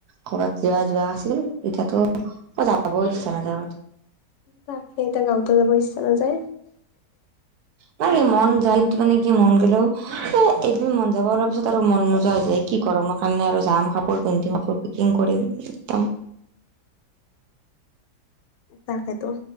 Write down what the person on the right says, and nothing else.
ক'ৰবাত কিবা যোৱা আছিল এতিয়াতো যাবও ইচ্ছা নাযায়
<unintelligible> মন যায় মানে কি মন গ'লেও, এদিন মন যাব অলপ পিছত আৰু মন নোযোৱা হৈ যায়। কি গৰমৰ কাৰণে আৰু যাম কাপোৰ পিন্ধিম কাপোৰ পেকিং কৰিম একদম